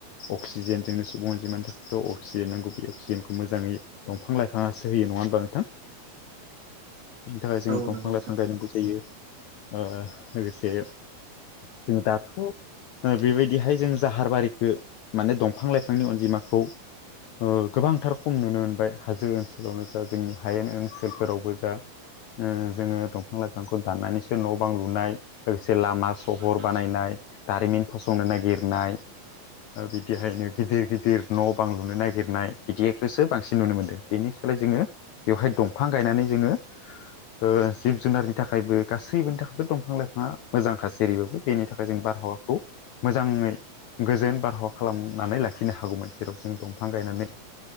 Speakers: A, on the left; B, on the right.
A: अक्सिजेन जोंनो सुबुं अनजिमानि थाखायथ' अक्सिजेन नांगौ बे अक्सिजेनखौ मोजाङै दंफां लाइफाङासो होयो नङा होनबा नोंथां? बेनि थाखाय जों
B: औ
A: दंफां
B: नंगौ नोंथां
A: लाइफां गायनांगौ जायो ओ लोगोसे जों दाथ' ओ बेबायदिहाय जों जाहारबारिखौ माने दंफां लाइफांनि अनजिमाखौ ओ गोबांथार खम नुनो मोनबाय हाजो ओनसोलावनो जा जोंनि हायेन ओनसोलफोरावबो जा ओ जोङो दंफां लाइफांखौ दान्नानैसो न' बां लुनाय लोगोसे लामा सहर
B: मा मा
A: बानायनाय दारिमिन फसंनो नागिरनाय
B: <unintelligible>
A: ओ बिदिहायनो गिदिर गिदिर न' बां लुनो नागिरनाय बिदिखौसो बांसिन नुनो मोन्दों। बेनि सोलाय जोङो बेवहाय दंफां गायनानै जोङो ओ जिब जुनारनि थाखायबो गासैबोनि थाखायबो' दंफां लाइफाङा मोजांखासो। जेरैबाबो बेनि थाखाय जों बारहावाखौ मोजाङै गोजोन बारहावा खालामनानै लाखिनो हागौमोन जेराव जों दंफां गायनानै